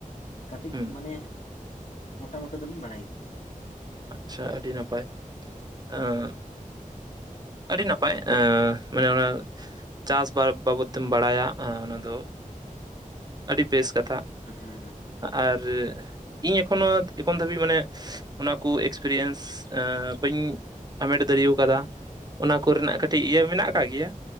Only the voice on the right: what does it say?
ᱦᱩᱸ
ᱟᱪᱪᱷᱟ ᱟᱹᱰᱤ ᱱᱟᱯᱟᱭ ᱾ ᱟᱹᱰᱤ ᱱᱟᱯᱟᱭ ᱮᱸᱻ ᱢᱟᱱᱮ ᱚᱱᱟ ᱪᱟᱥ ᱵᱟᱵᱚᱛ ᱛᱮᱢ ᱵᱟᱲᱟᱭᱟ ᱚᱱᱟ ᱫᱚᱼᱼ ᱟᱹᱰᱤ ᱵᱮᱥ ᱠᱟᱛᱷᱟ ᱾
ᱟᱨ ᱤᱧ ᱮᱠᱷᱚᱱᱳ ᱮᱠᱷᱚᱱ ᱫᱷᱟᱹᱵᱤᱡ ᱢᱟᱱᱮᱼᱼ ᱚᱱᱟ ᱠᱚ ᱮᱠᱥᱯᱮᱨᱤᱭᱮᱱᱥ ᱵᱟᱹᱧ ᱦᱟᱢᱮᱴ ᱫᱟᱲᱮ ᱟᱠᱟᱫᱟ ᱾ ᱚᱱᱟ ᱠᱚᱨᱮᱱᱟᱜ ᱠᱟᱹᱴᱤᱡ ᱤᱭᱟᱹ ᱢᱮᱱᱟᱜ ᱟᱠᱟᱫ ᱜᱮᱭᱟ